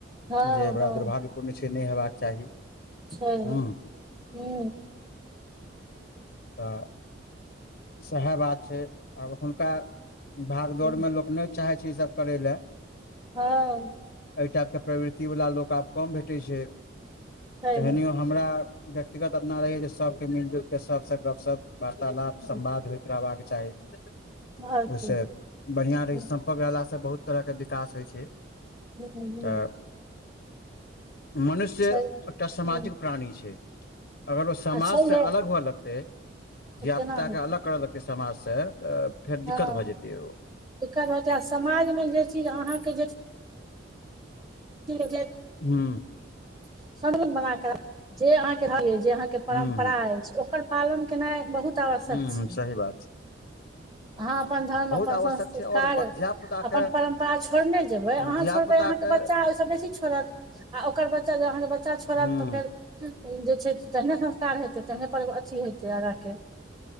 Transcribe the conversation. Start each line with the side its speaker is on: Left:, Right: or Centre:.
Right: हँ
Left: जे बड़ा
Right: हँ
Left: दुर्भाग्यपूर्ण छैय नहि हेबाक चाही।
Right: छैय
Left: हँ
Right: हू।
Left: त सहे बात छैय आब अखुनका भागदौड़मे
Right: हुँ
Left: लोक नय चाहै छैय इसभ करय लए।
Right: हँ।
Left: एहि टाइपके प्रवृतिवला लोक आब कम भेटैय छैय
Right: छैहे
Left: तहनियो हमरा व्यक्तिगत अपना रहैये जे सबके मिल जुलके सबसँ गपशप वार्तालाप
Right: हुँ
Left: संवाद होइत रहबाक चाही ओहिस
Right: आओर की
Left: बढ़िआं
Right: हुँ
Left: रही पक रहला स बहुत तरह के विकास होइ छैय।
Right: हुँ हुँ
Left: त मनुष्य
Right: छैहे
Left: एकटा सामाजिक
Right: हुँ
Left: प्राणी छैय अगर ओ समाज
Right: आ छैहे
Left: से अलग हुए लगतै <unintelligible>
Right: तऽ केना हेतै
Left: अलग करऽ लगतै समाज से त फेर
Right: हँ
Left: दिक्कत भए जेतै ओ।
Right: दिक्कत हो आ समाजमे जे चीज अहाँके जे च ठी जे
Left: हू।
Right: <unintelligible> बनाक जे अहाँके जे अहाँके परम्परा
Left: हूँ हूँ
Right: अछि ओकर पालन केनाय बहुत आवश्यक
Left: हु-हु
Right: छै
Left: सही बात छैय।
Right: अहाँ अपन धर्म, अपन
Left: आवश्यक
Right: संस्कार,
Left: छै आओर धिया पुताके
Right: अपन परम्परा छोड़ने जेबय, अहाँ
Left: धिया
Right: छोड़बै
Left: पुताके
Right: अहाँ के बच्चा ओयसँ बेसी छोड़त आ ओकर बच्चा अहाँके बच्चा
Left: हूँ
Right: छोड़त त फेर जे छैय तेहने संस्कार हेतैय तेहने परव अथी हेतैय आगां के